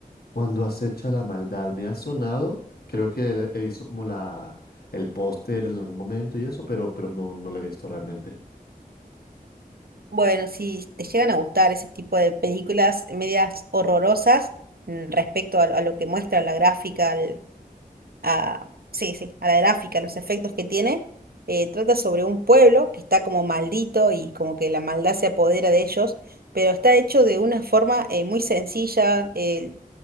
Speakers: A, on the left; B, on the right.
A: Cuando acecha la maldad, me ha sonado. Creo que le- he visto como la, el póster en algún momento y eso, pero, pero no, no lo he visto realmente.
B: Bueno, si te llegan a gustar ese tipo de películas medias horrorosas mm, respecto a, a lo que muestra la gráfica, al- a, sí, sí, a la gráfica, los efectos que tiene, eh, trata sobre un pueblo que está como maldito y como que la maldad se apodera de ellos, pero está hecho de una forma eh, muy sencilla. eh,